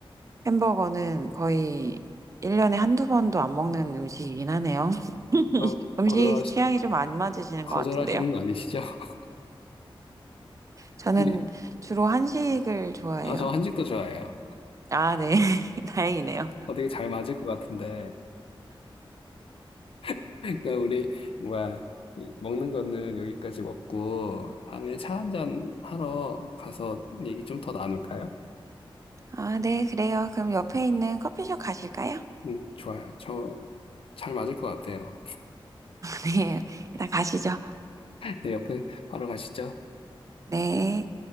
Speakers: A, on the right; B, on the left.
A: 햄버거는 거의 1년에 한두 번도 안 먹는 음식이긴 하네요. <laughs>
B: 저
A: 음식
B: 거절하시,
A: 취향이 좀 안 맞으시는
B: 거절하시는
A: 것 같은데요.
B: 거 아니시죠? <laughs>
A: 저는
B: 우리-
A: 주로 한식을 좋아해요.
B: 아, 저 한식도 좋아해요.
A: 아, 네. <laughs> 다행이네요.
B: 어, 되게 잘 맞을 것 같은데. <laughs> 그러니까 우리, 뭐야, 이 먹는 거는 여기까지 먹고, 다음에 차 한잔 하러 가서 얘기 좀 더 나눌까요?
A: 아, 네, 그래요. 그럼 옆에 있는 커피숍 가실까요?
B: 음, 좋아요. 저 잘 맞을 것 같아요.
A: 네, 일단 가시죠.
B: 네, 옆에 바로 가시죠.
A: 네.